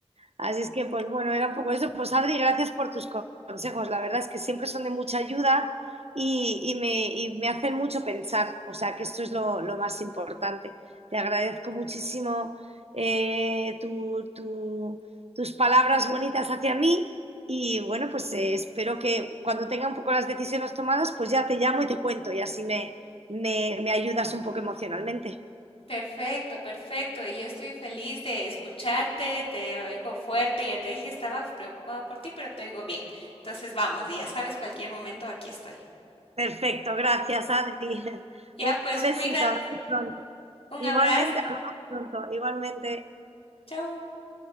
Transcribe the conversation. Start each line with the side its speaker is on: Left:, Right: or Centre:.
Right: Así es que, pues bueno, era un poco eso. Pues Adri, gracias por tus consejos. La verdad es que siempre son de mucha ayuda y, y me, y me hacen mucho pensar. O sea, que esto es lo, lo más importante. Te agradezco muchísimo eh, tu- tu- tus palabras bonitas hacia mí y bueno, pues eh, espero que cuando tenga un poco las decisiones tomadas, pues ya te llamo y te cuento y así me, me, me ayudas un poco emocionalmente.
Left: Perfecto, perfecto. Y yo estoy feliz de escucharte, te oigo fuerte, ya te dije, estaba preocupada por ti, pero te oigo bien. Entonces vamos, y ya sabes, cualquier momento aquí estoy.
Right: Perfecto, gracias Adri. <laughs>
Left: Ya,
Right: Un
Left: pues cuídate.
Right: besito, hasta pronto.
Left: Un
Right: Igualmente,
Left: abrazo.
Right: hablamos pronto. Igualmente.
Left: Chau.